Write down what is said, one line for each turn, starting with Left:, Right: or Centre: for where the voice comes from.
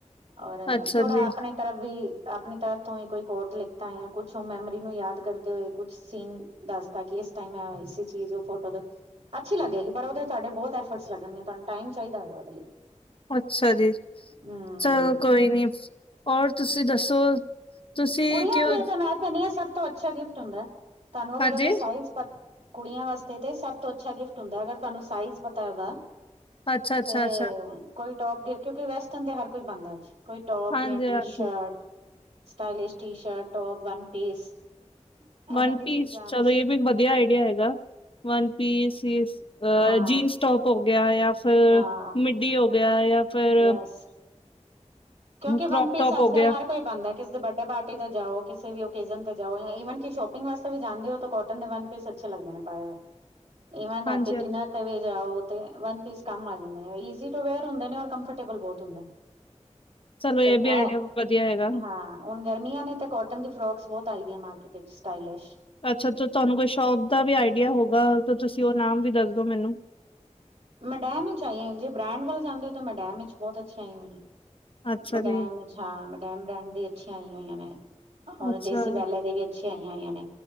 Right: ਔਰ
Left: ਅੱਛਾ
Right: ਥੋੜਾ
Left: ਜੀ,
Right: ਆਪਣੇ ਤਰਫ ਵੀ ਆਪਣੀ ਤਰਫ ਤੋਂ ਈ ਕੋਈ ਕੋਟ ਲਿਤਾ ਆ ਕੁੱਛ ਓ ਮੈਮਰੀ ਨੂੰ ਯਾਦ ਕਰਦੇ ਹੋਏ ਕੁੱਛ ਸੀਨ ਦੱਸਤਾ ਕਿ ਇਸ ਟਾਈਮ ਮੈ ਆਈ ਸੀ ਚੀਜ਼ ਓ ਫੋਟੋ ਦੇ ਅੱਛੀ ਲੱਗੇਗੀ ਪਰ ਓਦੇ ਚ ਤੁਆਡੇ ਬੌਤ ਐਫਰਟਸ ਲੱਗਣਗੇ ਤੁਆਨੂੰ ਟਾਈਮ ਚਾਈਦਾ ਹੋਏ ਗਾ ਓਦੇ ਲਈ।
Left: ਅੱਛਾ ਜੀ,
Right: ਹਮ
Left: ਚਲੋ ਕੋਈ ਨੀ ਔਰ ਤੁਸੀਂ ਦੱਸੋ? ਤੁਸੀਂ
Right: ਕੁੜੀਆਂ
Left: ਕਿਉਂ
Right: ਵਲੇ ਤਾਂ ਮੈਂ ਕੈਨੀ ਆਂ ਸਭ ਤੋਂ ਅੱਛਾ ਗਿਫਟ ਹੁੰਦਾ ਤਾਨੂੰ ਅਗਰ
Left: ਹਾਂਜੀ?
Right: ਓਦਾ ਸਾਈਜ਼ ਪਤ ਕੁੜੀਆਂ ਵਾਸਤੇ ਤੇ ਸਭ ਤੋਂ ਅੱਛਾ ਗਿਫਟ ਹੁੰਦਾ ਅਗਰ ਤਾਨੂੰ ਸਾਈਜ਼ ਪਤਾ ਏ ਓਦਾ।
Left: ਅੱਛਾ, ਅੱਛਾ,
Right: ਤੇ
Left: ਅੱਛਾ।
Right: ਕੋਈ ਟੋਪ ਦੇਖਿਓ ਕਿ ਵੈਸਟਰਨ ਤੇ ਹਰ ਕੋਈ ਪਾਂਦਾ ਅੱਜ ਕੋਈ ਟੋਪ
Left: ਹਾਂਜੀ-ਹਾਂਜੀ,
Right: ਯਾ ਟੀ shirt stylish T shirt top one piece.
Left: ਵਨ
Right: ਐਵੇਂ ਦੀ
Left: ਪੀਸ
Right: ਚੀਜ਼ਾਂ
Left: ਚਲੋ ਏ ਵੀ ਵਧੀਆ ਆਈਡੀਆ ਹੈਗਾ ਵਨ ਪੀਸ, ਸਲੀਵਸ ਅ
Right: ਹਾਂ
Left: ਜੀਨਸ ਟੋਪ ਹੋ ਗਿਆ ਯਾ ਫੇਰ
Right: ਹਾਂ
Left: ਮਿੱਡੀ ਹੋ ਗਿਆ ਯਾ ਫਿਰ
Right: ਯਸ ਕਿਉਂਕਿ
Left: ਕਰੋਪ
Right: ਵਨ ਪੀਸ
Left: ਟੋਪ
Right: ਅੱਜ
Left: ਹੋ
Right: ਕੱਲ੍ਹ
Left: ਗਿਆ
Right: ਹਰ ਕੋਈ ਪਾਂਦਾ ਏ ਬਰਡੇ ਪਾਰਟੀ ਤੇ ਜਾਓ ਕਿਸੇ ਵੀ ਓਕੇਜਨ ਤੇ ਜਾਓ ਜਾਂ ਈਵਨ ਕਿ ਸ਼ੋਪਿੰਗ ਵਾਸਤੇ ਵੀ ਜਾਂਦੇ ਓ ਤਾਂ ਕੋਟਨ ਦੇ ਵਨ ਪੀਸ ਅ ਅੱਛੇ ਲੱਗਦੇ ਨੇ ਪਾਏ ਹੋਏ ਇਵਨ ਰਾਤੀ
Left: ਹਾਂਜੀ-ਹਾਂਜੀ,
Right: ਡਿਨਰ ਤੇ ਵੀ ਜਾਓ ਤੇ ਵਨ ਪਿਸ ਕੰਮ ਆ ਜਾਂਦੇ ਨੇ ਈਜ਼ੀ ਟੂ ਵਿਅਰ ਹੁੰਦੇ ਨੇ ਔਰ ਕੰਫਰਟੇਬਲ ਬੌਤ ਹੁੰਦੇ ਨੇ।
Left: ਸਾਨੂੰ
Right: ਤੇ
Left: ਏ
Right: ਇਹ
Left: ਬੀ ਆਈਡੀਆ ਵਧੀਆ ਹੈਗਾ।
Right: ਹਾਂ ਹੁਣ ਗਰਮੀਆਂ ਨੇ ਤੇ ਕੋਟਨ ਦੀ ਫਰੋਕਸ ਬੌਤ ਆਈ ਦੀਆਂ ਮਾਰਕੀਟ ਇਚ ਸਟਾਈਲਿਸ਼।
Left: ਅੱਛਾ ਤੇ ਤੁਆਨੂੰ ਕੋਈ ਸ਼ੋਪ ਦਾ ਵੀ ਆਈਡੀਆ ਹੋਊਗਾ ਤੇ ਤੁਸੀ ਓ ਨਾਮ ਵੀ ਦੱਸਦੋ ਮੈਨੂੰ।
Right: ਮੈਡੈਮ ਵਿੱਚ ਆਈ ਹਾਂ ਜੇ ਬ੍ਰੈਂਡ ਵੱਲ ਜਾਂਦੇ ਓ ਤਾਂ ਮੈਡੈਮ ਵਿੱਚ ਬੌਤ ਅੱਛੇ ਆਏ ਹੋਏ ਨੇ।
Left: ਅੱਛਾ
Right: 'ਮੈਡੈਮ'
Left: ਜੀ,
Right: ਇਚ ਹਾਂ 'ਮੈਡੈਮ' ਬ੍ਰੈਂਡ ਦੀ ਅੱਛੀਆਂ ਆਈ ਹੋਈਆਂ ਨੇ। ਔਰ
Left: ਅੱਛਾ,
Right: ਦੇਸੀ ਬੈਲਾਂ ਦੇ ਵੀ ਅੱਛੀ ਆਈਆਂ ਹੋਈਆਂ ਨੇ